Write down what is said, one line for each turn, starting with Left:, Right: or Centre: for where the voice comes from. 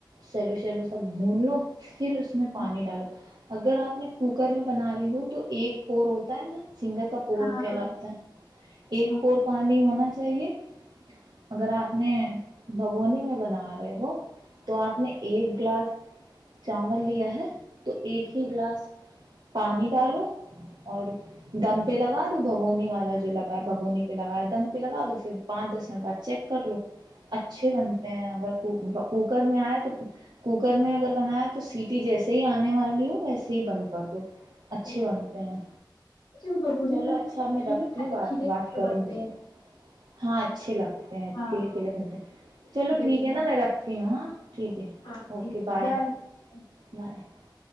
Right: سیلو سیلو سا بھون لو پھر اس میں
Left: اچھا،
Right: پانی ڈالو اگر آپ نے <unintelligible> کوکر میں بنا رہی ہوں تو ایک اورور ہوتا ہے نا سنگر کا پور
Left: ہاں
Right: کہلاتا
Left: ہاں
Right: ہے ایک
Left: ہاں
Right: پور پانی ہونا چاہیے اگر آپ نے بھگونے میں بنا رہے ہو تو آپ نے ایک گلاس <unintelligible> چاول لیا ہے تو ایک ہی گلاس پانی ڈالو اور دم پہ لگا دو بھگونی والا جو لگا ہے بھگونی پہ لگاائے دم پہ لگا دو پھر پانچ دس منٹ بعد چیک کر لو اچھے بنتے ہیں اگر کوکر میں آئے تو کوکر میں اگر بنایا تو سیٹی جیسے ہی آنے والی ہ ویسے ہی بند کر دو
Left: اچھا
Right: اچھے بنتے ہیں
Left: اچھا، وہ بگونے
Right: چلو
Left: میں بنا
Right: اچھا
Left: بگونے
Right: میں رکھتی
Left: کھانے
Right: ہوں بعد
Left: کھیلے
Right: میں بات
Left: کھیلے
Right: کروں
Left: بنتے
Right: گی
Left: ہیں
Right: <unintelligible> ہاں اچھی لگتا ہے کلے
Left: ہاں
Right: کلے کرنتے ہیں
Left: اچھا
Right: چلو ٹھیک
Left: ڈش
Right: ہے نا میں رکھتی ہوں ہاں ٹھیک ہے
Left: ہاں
Right: اوکے
Left: ٹھیک
Right: بائے
Left: ہے بائے
Right: <unintelligible> بائے <unintelligible>